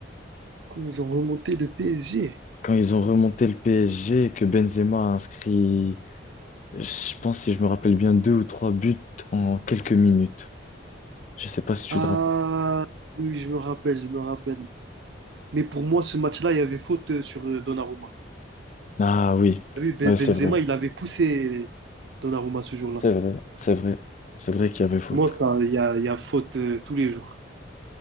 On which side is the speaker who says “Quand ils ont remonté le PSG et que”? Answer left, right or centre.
Left